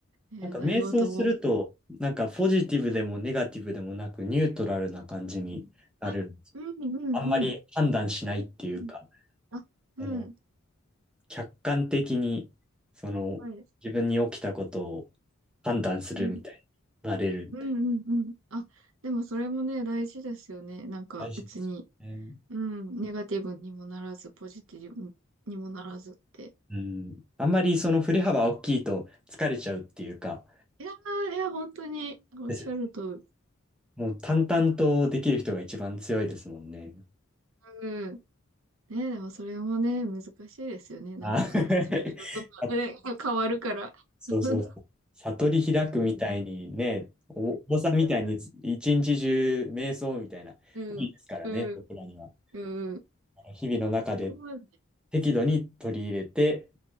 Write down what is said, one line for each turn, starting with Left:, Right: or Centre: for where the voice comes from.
Right: え何事も。
Centre: なんか瞑想すると、なんかポジティブでもネガティブでもなくニュートラルな感じになる。
Right: うんあ、うんうんうん。
Centre: あんまり判断しないっていうか、
Right: うんあ、うん。
Centre: あの、客観的に、その、
Right: はいです。
Centre: 自分に起きたことを判断するみたいになれる。
Right: うん。うんうんうん。あ、でもそれもね、大事ですよね。なんか別に、
Centre: 大事ですよね。
Right: うん、ネガティブにもならず、ポジティブにもならずって。
Centre: うん。あんまりその振れ幅大きいと疲れちゃうっていうか、
Right: いやー、いや、本当におっしゃるとり。
Centre: ですよねもう淡々とできる人が一番強いですもんね。
Right: うん。ね、でもそれもね、難しいですよね。なんか、
Centre: あ <laughs>
Right: シチュエーションとか、
Centre: あ
Right: ね、<laughs> 変わるから。
Centre: そうそうそう。
Right: <laughs>
Centre: 悟り開くみたいにね、
Right: うん。
Centre: おお坊さんみたいに一日中瞑想みたいな、
Right: うん、
Centre: 無理ですからね、
Right: うん、
Centre: 僕らには。
Right: うん。
Centre: あの日々の中で
Right: そこまで。
Centre: 適度に取り入れて、